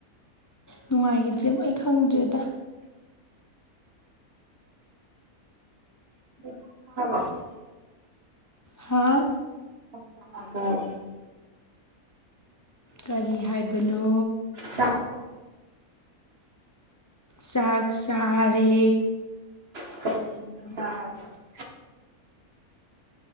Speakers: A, on the left (about 30°); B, on the right (about 45°).
A: ꯅꯨꯡꯉꯥꯏꯒꯤꯗ꯭ꯔꯦ ꯑꯩ ꯈꯪꯗ꯭ꯔꯦꯗ
B: <unintelligible>
A: ꯍꯥꯥ
B: <unintelligible>
A: ꯀꯔꯤ ꯍꯥꯏꯕꯅꯣ
B: ꯆꯥꯛ
A: ꯆꯥꯛ ꯆꯥꯔꯦ
B: <inaudible>